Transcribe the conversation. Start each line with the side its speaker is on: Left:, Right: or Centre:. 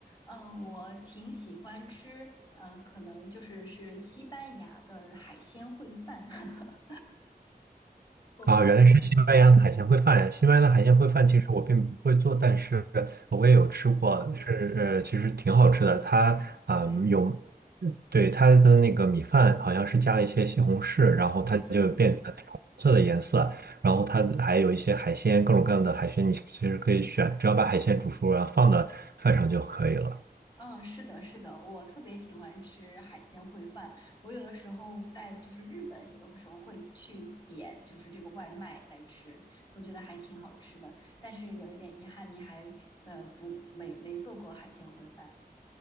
Left: 呃，我挺喜欢吃，呃，可能就是是西班牙的海鲜烩饭，<laughs> 我不知道，
Right: 啊，原来是西班牙的海鲜烩饭呀！
Left: 嗯
Right: 西班牙的海鲜烩饭其实我并不会做，但是我也有吃过，是呃，其实挺好吃的。它啊、
Left: 对，
Right: 有，对它的那个米饭好像是加了一些西红柿，然后它就变成那种红色的颜色，
Left: 嗯
Right: 然后它还有一些海鲜，各种各样的海鲜，你其实可以选，只要把海鲜煮熟，然后放到饭上就可以了。
Left: 嗯，是的，是的，我特别喜欢吃海鲜烩饭。我有的时候在就是日本，有的时候会去点就是这个外卖来吃，我觉得还挺好吃的。但是有一点遗憾，你还呃不没没做过海鲜烩饭